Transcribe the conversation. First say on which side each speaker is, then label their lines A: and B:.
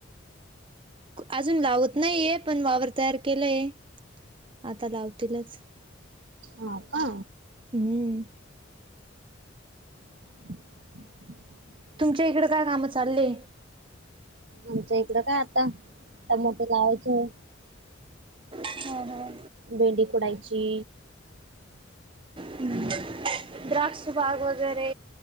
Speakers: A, on the right (about 25°); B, on the right (about 65°).
A: अजून लावत नाहीये, पण वावर तयार केलाय. आता लावतीलच.
B: हो का?
A: हम्म.
B: <inaudible>
A: तुमच्या इकडं काय कामं चालले?
B: आमच्या इकडं काय आता, टोमॅटो लावायचे आहे.
A: हा हा
B: भेंडी खुडायची.
A: हं द्राक्ष बाग वगैरे